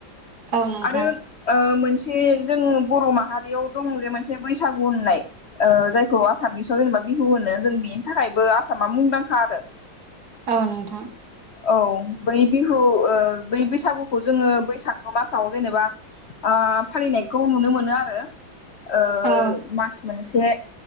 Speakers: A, on the right; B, on the left.
A: औ नोंथां
B: आरो ओ मोनसे जों बर' माहारियाव दं जे मोनसे बैसागु होननाय ओ जायखौ आसामिसाव जेनेबा बिहु होनो जों बेनि थाखायबो आसामा मुंदांखा आरो
A: औ नोंथां
B: औ बै बिहु ओ बै बैसागुखौ जोङो बैसागो मासाव जेनेबा ओ फालिनायखौ नुनो मोनो आरो ओ ओ
A: औ
B: मास मोनसे